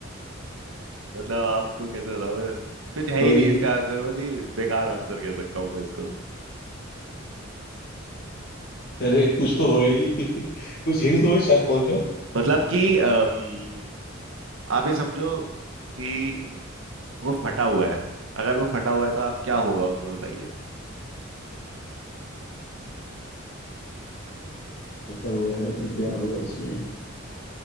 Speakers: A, on the right; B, on the left.
A: मतलब आपको कैसे बताऊँ मैं कुछ है
B: थोड़ी
A: ही नहीं इसका आंसर बहुत ही बेकार आंसर कह सकता हूँ मैं इसको
B: अरे कुछ तो होगा ही <laughs> कुछ हिंट दो शायद पहुंच जाऊं
A: मतलब कि अम, आप ये समझो कि वो फटा हुआ है अगर वो फटा हुआ है तो आप क्या होगा उसमें बताइए
B: पता हुआ है तो क्या होगा उसमें